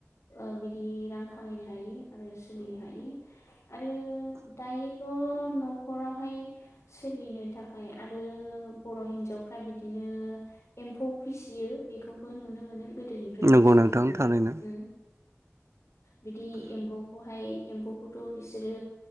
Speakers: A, on the left; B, on the right.
A: ओ बिदि रां खामायनो हायो आरो सोलिनो हायो आरो दायोथ' अ न'खरावहाय सोलिनो थाखाय आरो बर' हिन्जावफ्रा बिदिनो एम्फौ फिसियो बेखौबो नुनो मोनो गो दोनिफ्रायनो
B: नंगौ
A: सोलिबोनाय
B: नोंथां थारैनो
A: उम बिदि एम्फौखौहाय एम्फौखौथ' बिसोरो